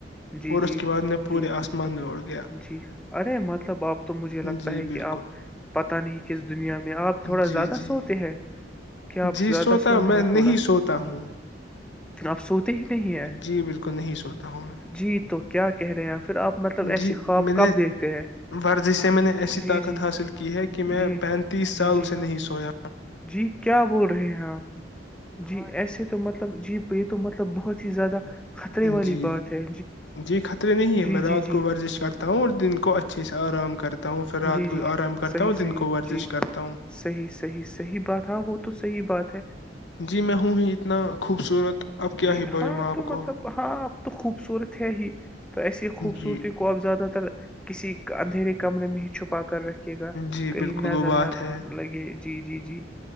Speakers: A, in the centre; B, on the left (about 70°).
A: جی
B: اور اس
A: جی
B: کے بعد میں پورے
A: جی
B: آسمان میں اوڑ گ
A: جی ارے مطلب آپ تو مجھے لگتا
B: جی
A: ہے کہ
B: بالکل
A: آپ پت نہیں کس دنیا میں آپ تھوڑا
B: جی
A: زیادہ
B: جی
A: سوتے ہیں کیا آپ
B: جی
A: زیادہ
B: سوتا
A: سوتے
B: میں
A: ہیں
B: نہیں
A: تھوڑا
B: سوتا ہوں
A: آپ سوتے ہی نہیں ہیں
B: جی بالکل نہیں سوتا ہوں میں
A: جی تو کیا کہہ رہے ہیں پھر آپ مطلب
B: جی
A: ایسے خواب
B: میں نے
A: کب دیکھتے
B: ورزش
A: ہیں
B: سے میں نے ایسی
A: جی
B: طاقت
A: جی
B: حاصل کی ہے کہ میں
A: جی
B: پینتیس
A: جی
B: سال
A: جی
B: سے نہیں سویا
A: جی کیا بول رہے ہیں آپ جی ایسے تو مطلب مطلب جی یہ تو مطلب بہت ہی زیادہ خطرے والی
B: جی
A: بات ہے
B: جی خطرے نہیں ہے
A: جی
B: میں رات
A: جی جی
B: کو ب ورزش کرتا ہوں اور دن کو اچھے سے آرام کرتا ہوں پھر رات
A: جی
B: کو
A: جی
B: آرام کرتا
A: صحیح
B: ہوں
A: صحیح
B: دن کو ورزش
A: جی
B: کرتا ہوں
A: صحیح صحیح صحیح بات ہے وہ تو صحیح بات ہے
B: جی میں ہوں ہی اتنا خوبصورت اب کیا
A: جی
B: ہی بولوں
A: ہاں
B: آپ
A: تو مطلب
B: کو
A: ہاں اب تو خوبصورت ہے ہی تو ایسی خوبصورتی
B: جی
A: زیادہ تر کسی اندھیرے کمرے میں ہی چھپاتا کر رکھیے گا
B: جی
A: کہیں
B: بالکل
A: نظر
B: وہ بات
A: نہ
B: ہے
A: لگے جی جی جی